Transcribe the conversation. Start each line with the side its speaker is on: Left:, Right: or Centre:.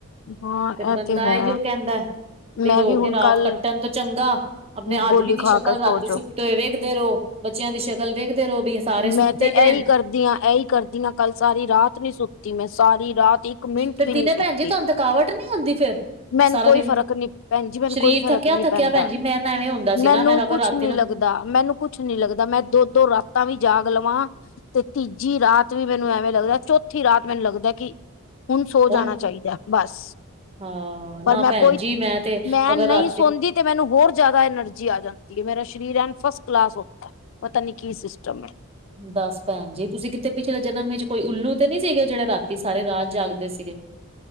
Left: ਹਾਂ
Right: ਫਿਰ ਬੰਦਾ
Left: ਇਹ ਤੇ ਹੈ
Right: ਈ ਉਹ ਕਹਿੰਦਾ ਨਹੀਂ
Left: ਮੈਂ
Right: ਰੋ
Left: ਵੀ
Right: ਕੇ
Left: ਹੁਣ
Right: ਰਾਤ
Left: ਕੱਲ
Right: ਕੱਟਣ ਤੋਂ ਚੰਗਾ, ਆਪਣੇ ਆਦਮੀ
Left: ਗੋਲੀ
Right: ਦੀ
Left: ਖਾ
Right: ਸ਼ਕਲ
Left: ਕੇ ਸੋ
Right: ਰਾਤੀ
Left: ਜੋ
Right: ਸੁੱਤੇਹੋਏ ਵੇਖਦੇ ਰੋ। ਬੱਚਿਆਂ ਦੀ ਸ਼ਕਲ ਵੇਖਦੇ ਰਹੋ ਵੀ
Left: ਮੈਂ ਤੇ
Right: ਪਏ
Left: ਇਹੀ
Right: ਨੇ
Left: ਕਰਦੀ ਹਾਂ, ਇਹੀ ਕਰਦੀ ਹਾਂ, ਕੱਲ ਸਾਰੀ ਰਾਤ ਨੀ ਸੁੱਤੀ, ਮੈਂ ਸਾਰੀ ਰਾਤ ਇੱਕ ਮਿੰਟ
Right: ਫਿਰ
Left: ਵੀ
Right: ਦੀਨੇ
Left: ਨੀ ਸੁੱਤੀ
Right: ਭੈਣ ਜੀ, ਤੁਹਾਨੂੰ ਥਕਾਵਟ ਨ ਨਹੀਂ ਹੁੰਦੀ ਫਿਰ
Left: ਮੈਨੂੰ
Right: ਸਾਰਾ
Left: ਕੋਈ
Right: ਦਿਨ
Left: ਫ਼ਰਕ ਨੀ ਭੈਣ ਜੀ ਮੈਨੂੰ
Right: ਸਰੀਰ
Left: ਕੋਈ ਫ਼ਰਕ
Right: ਥੱਕਿਆ-ਥੱਕਿਆ
Left: ਨੀ ਪੈਂਦਾ
Right: ਭੈਣ ਜ, ਮੈਂ ਨਾ ਐਵੇਂ ਹੁੰਦਾ ਸੀ
Left: ਮੈਨੂੰ
Right: ਨਾ, ਮੈਂ ਅਗ
Left: ਕੁਛ
Right: ਰਾਤੀ
Left: ਨੀ
Right: ਨਾ
Left: ਲੱਗਦਾ ਮੈਨੂੰ ਕੁਛ ਨੀ ਲੱਗਦਾ, ਮੈਂ ਦੋ ਦੋ ਰਾਤ ਤਾਂ ਵੀ ਜਾਗ ਲਵਾਂ ਤੇ ਤੀਜੀ ਰਾਤ ਵੀ ਮੈਨੂੰ ਐਵੇਂ ਲੱਗਦਾ, ਚੌਥੀ ਰਾਤ ਮੈਨੂੰ ਲੱਗਦਾ ਕਿ ਹੁਨ ਸੋ
Right: ਹੁਣ
Left: ਜਾਣਾ ਚਾਹੀਦਾ ਬਸ।
Right: ਹਾਂ, ਨਾ
Left: ਪਰ ਮੈਂ
Right: ਭੈਣ
Left: ਕੋਈ
Right: ਜੀ ਮੈਂ ਤੇ
Left: ਮੈਂ
Right: ਅਗਰ
Left: ਨਹੀਂ
Right: ਰਾ
Left: ਸੌਦੀ ਤੇ ਮੈਨੂੰ ਹੋਰ ਜਾਦਾ ਐਨਰਜੀ ਆ ਜਾਂਦੀ ਏ ਮੇਰਾ ਸਰੀਰ ਐਨ ਫਸਟ ਕਲਾਸ ਹੋਂਦਾ, ਪਤਾ ਨੀ ਕੀ ਸਿਸਟਮ ਹੈ।
Right: ਦੱਸ ਭੈਣ ਜੀ, ਤੁਸੀਂ ਕਿੱਥੇ ਪਿੱਛਲੇ ਜਨਮ 'ਚ ਕੋਈ ਉੱਲੂ ਤੇ ਨੀ ਸੀਗੇ ਜੇੜੇ ਰਾਤੀ ਸਾਰੇ ਰਾਤ ਜਾਗਦੇ ਸੀਗੇ।